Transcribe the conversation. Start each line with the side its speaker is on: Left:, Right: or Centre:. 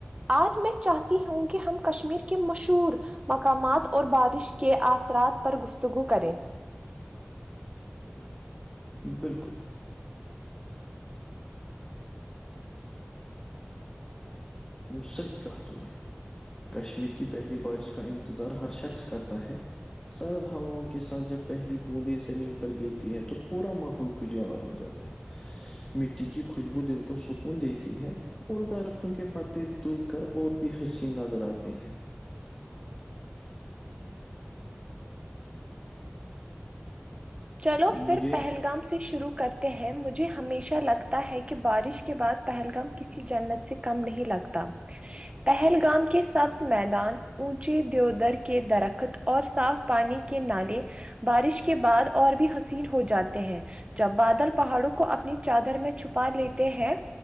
Right: آج میں چاہتی ہوں کہ ہم کشمیر کے مشہور مقامات اور بارش کے اثرات پر گفتگو کریں
Left: بالکل صحیح کہا تم نے کشمیر کی پہلی بارش کا انتظار ہر شخص کرتا ہے سرد ہواؤں کے ساتھ جب پہلی بوندیں زمین پر گرتی ہے تو پورا ماحول خوشگاور ہو جاتا مٹی کی خوشبو دل کو سکون دیتی ہے اور درختوں کے پتے دل کر اور بھی ہنسی نظر آتے ہیں
Right: چلو
Left: مجھے
Right: پھر پہلگام سے شروع کر ہیں مجھے ہمیشہ لگتا ہے کہ بارش کے بعد پہلگام کسی جنت سے کم نہیں لگتا پہلگام کے سبز میدان اونچی دیودر کے درخت اور صاف پانی کے نالے بارش کے بعد اور بھی حسین ہو جاتے ہیں جب بادل پہاڑوں کو اپنی چادر میں چھپا لیتے ہیں